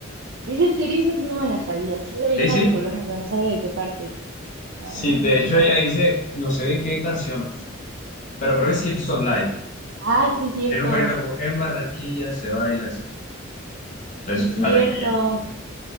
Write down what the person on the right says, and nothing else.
¿Es en serio? Esa sí no me la sabía. Sí sabía
que era
de Colombia, pero no sabía de qué parte. Ah,
mira.
Ah, sí, cierto.
Sí, cierto.